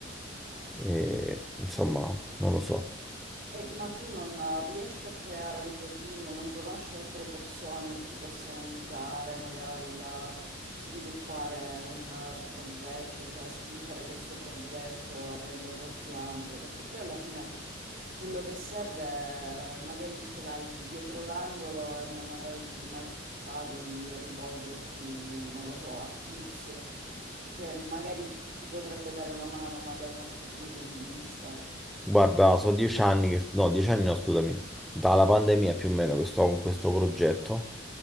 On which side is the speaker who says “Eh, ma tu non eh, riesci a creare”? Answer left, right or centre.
Right